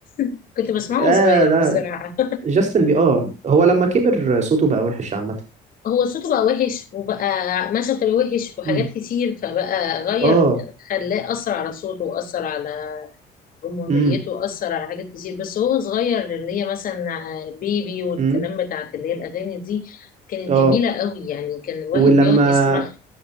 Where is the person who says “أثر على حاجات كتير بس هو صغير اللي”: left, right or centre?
Left